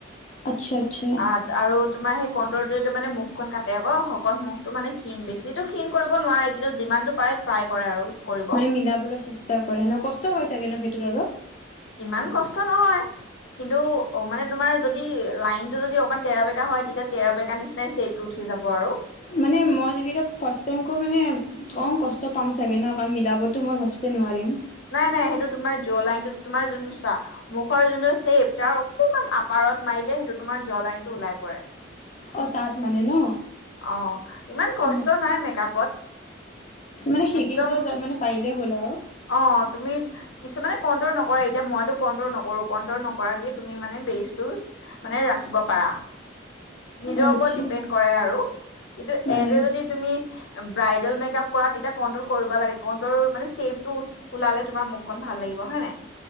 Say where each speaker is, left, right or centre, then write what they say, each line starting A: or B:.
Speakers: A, on the left; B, on the left.
A: আচ্ছা আচ্ছা
B: আহ আৰু তোমাৰ সেই। কণ্ট্ৰটোৰে মানে মুখখন কাটে আকৌ শকত মুখটো মানে ক্ষীণ বেছিতো ক্ষীণ কৰিব নোৱাৰে কিন্তু যিমানতটো পাৰে ট্ৰাই কৰে আৰু। কৰিব
A: মানে মিলাবলৈ চেষ্টা। মিলাবলৈ কষ্ট হৈ চাগেনো সেইটোত অলপ।
B: ইমান কষ্ট নহয় কিন্তু অ মানে তোমাৰ যদি লাইনটো যদি অকমান তেৰাবেকা হয় তেতিয়া তেৰাবেকা নিচিনাই চেপটো উঠি যাব আৰু।
A: মানে মই যদি এতিয়া ফাৰ্ষ্ট টাইম কৈ মানে কওঁ কষ্ট পাম চাগে ন কাৰণ মিলাবতটো মই ঘপছেই নোৱাৰিম।
B: নাই নাই সেইটো তোমাৰ জ্ব লাইনটো তোমাৰ যোনটো চাহ মুখৰ যোনটো চেপ তাৰ অকমান আপাৰত মাৰিলে সেইটো তোমাৰ জ্ব লাইনটো ওলাই পৰে।
A: অ তাত মানে ন।
B: অ ইমান কষ্ট
A: অ
B: নাই মেকআপত।
A: মানে শিকিব
B: একদম
A: য মানে পাৰি। এই হ'ল আৰু।
B: অ তুমি কিছুমানে কণ্ট্ৰল নকৰে। এতিয়া মইতো কণ্ট্ৰল নকৰো কণ্ট্ৰল নকৰাকে তুমি মানে বেজটো মানে ৰাখিব পাৰা। নিজৰ
A: অ
B: ওপৰত
A: আচ্ছা
B: ডিপেণ্ড কৰে আৰু কিন্তু
A: মানে
B: এজ এ যদি তুমি। ব্ৰাইডেল মেক আপ কৰা তেতিয়া কন্ট্ৰল কৰিব লাগে কনটোৰ মানে চেফ। তোৰ ওঁঠ ওলালে তোমাৰ মুখখন ভাল লাগিব হয় নাই।